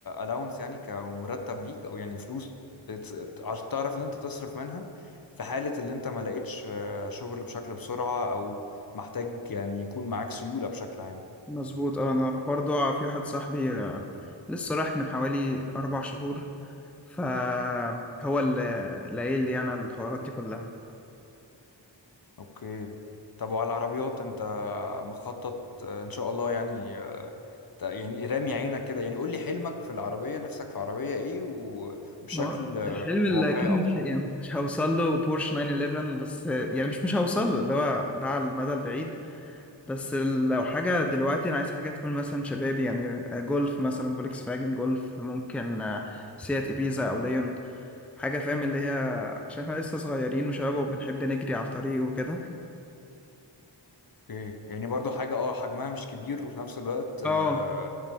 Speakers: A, on the left (about 50°); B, in the centre.
A: allowance يعني كمرتب ليك او يعني فلوس تت- عشان تعرف ان انت تصرف منها في حالة اللي انت ما لقيتش آه، شغل بشكل بسرعة او محتاج يعني يكون معاك سيولة بشكل عام
B: مظبوط اه انا برضو آه، في واحد صاحبي آه، لسه راح من حوالي اربع شهور فهو اللي اللي قايل لي انا الحوارات دي كلها
A: اوكي طب وعلى العربيات انت مخطط آه، ان شاء الله يعني آه، ت- يعني رامي عينك كده يعني قول لي حلمك في العربية نفسك في عربية ايه وبشكل
B: ما
A: آه،
B: الحلم اللي
A: واقعي
B: اكيد
A: اكتر
B: مش يعني مش هوصل له بورش 911 بس آه، يعني مش مش هوصل له اللي هو ده على المدى البعيد بس لو حاجة دلوقتي انا عايز حاجة تكون مثلا شبابي يعني آه، جولف مثلا فولكس فاجن جولف ممكن آه، سيات ابيزا او ليون حاجة فاهم اللي هي عشان احنا لسه صغيرين وشباب وبنحب نجري على الطريق وكده
A: اوكي يعني برضو حاجة اه حجمها مش كبير وفي نفس الوقت آه
B: اه